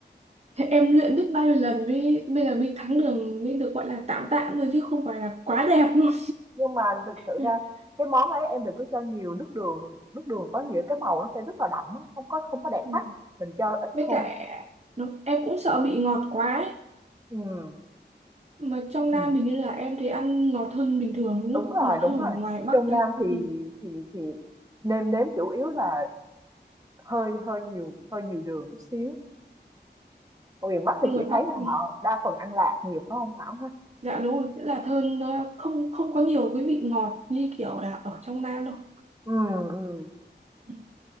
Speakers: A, on the right; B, on the right.
A: Thế em luyện biết bao nhiêu lần mới bây giờ mới thắng đường mới được gọi là tạm tạm thôi chứ không phải là quá đẹp luôn.
B: nhưng mà thực sự
A: <laughs>
B: ra cái món ấy em đừng có cho nhiều nước đường nước đường có nhiều cái màu nó sẽ rất là đậm á, không có không có đẹp
A: Ừ.
B: mắt mình cho ít
A: Với
B: thôi
A: cả nó, em cũng sợ bị ngọt quá ấy.
B: Ừm,
A: Mà trong
B: mình
A: Nam hình như là em thì ăn ngọt hơn bình thường đúng
B: đúng
A: không?
B: rồi,
A: Ngọt hơn
B: đúng rồi.
A: ở ngoài Bắc
B: Trong
A: đây.
B: Nam thì
A: Ừ.
B: thì thì nêm nếm chủ yếu là hơi hơi nhiều hơi nhiều đường chút xíu. Ở miền Bắc thì
A: Nhưng
B: chị
A: ngoài
B: thấy
A: Bắc
B: là
A: ừ.
B: họ đa phần ăn lạc nhiều phải không Thảo ha?
A: dạ đúng rồi, nghĩa là thơm nó không không có nhiều cái vị ngọt như kiểu là ở trong Nam đâu.
B: Ừm, ừm.
A: Ừ.